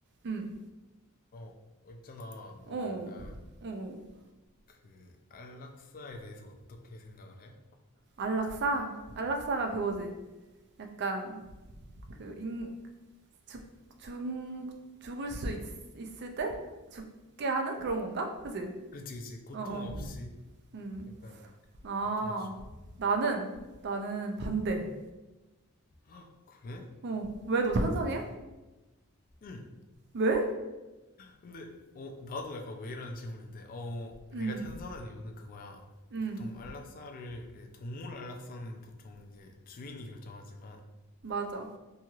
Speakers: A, on the right; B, on the left.
A: 응.
B: 어, 어, 있잖아.
A: 어.
B: 너 약간
A: 어. 오
B: 그 안락사에 대해서 어떻게 생각을 해?
A: 안락사? 안락사가 그거지. 약간 그 인, 죽, 죽, 죽을 수 있, 있을 때 죽게 하는 그런 건가? 그지?
B: 그렇지, 그렇지. 고통
A: 어, 어.
B: 없이
A: 음.
B: 약간
A: 아.
B: 고통 없이. 먹는 거.
A: 나는 나는 반대.
B: 응. 헉, 그래?
A: 어. 왜 너 찬성이야?
B: 응.
A: 왜?
B: 근데 어 나도 약간 왜 이런 질문인데 어 내가
A: 응
B: 찬성하는 이유는 그거야.
A: 응
B: 보통 안락사를 이제 동물 안락사는 보통 이제 주인이 결정하지만
A: 맞아.